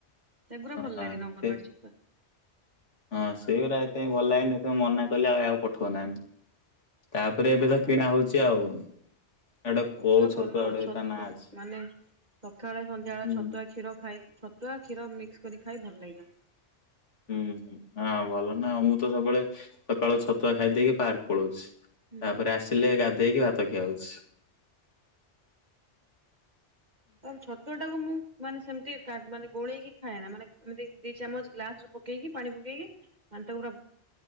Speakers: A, on the right; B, on the left.
A: ସେଗୁୁରା
B: ହଁ
A: ଭଲ ଲାଗେନି ଅଙ୍ଗନବାଡି
B: ସେ
A: ଛତୁଆ।
B: ହଁ ସେଇ ରା ଏତେ ଭଲ ଲାଗେନି। ମନା କଲେ ଆଉ ଆକୁ ପଠଉନାହି ତାପରେ ଏବେ ତ କିଣା ହଉଛି ଆଉ। ଗୋଟେ
A: ଛତୁଆ
B: କୋଉ
A: ଭଲ
B: ଗୋଟେ
A: ଛ
B: ତା ନାଁ ଅଛି।
A: ମାନେ ସକାଳେ ସନ୍ଧ୍ୟାବେଳେ
B: ହୁଁ
A: ଛତୁଆ କ୍ଷୀର ଖାଇ ଟୁଆ କ୍ଷୀର ମିକ୍ସ କରି ଖାଇ ଭଲ ଲାଗିବ।
B: ହୁଁ ହୁଁ ହଁ ଭଲ ନାଉ ମୁଁ ତ ସବୁବେଳେ ସକାଳୁ ଛତୁଆ ଖାଇ ଦେଇକି ପାର୍କ ପଳଉଛି।
A: ହୁଁ।
B: ତାପରେ ଆସିଲେ ଗାଧେଇକି ଭାତ ଖିଆହଉଛି।
A: ତ ଛତୁଆ ଟାକୁ ମୁଁ ମାନେ ସେମିତି ମାନେ ଗୋଳେଇକି ଖାଏନା ମାନେ ଏମିତି ଦି ଚାମଚ ଗ୍ଲାସ ରେ ପକେଇକି ପାଣି ପକେଇକି ମାନେ ତାକୁ ପୁରା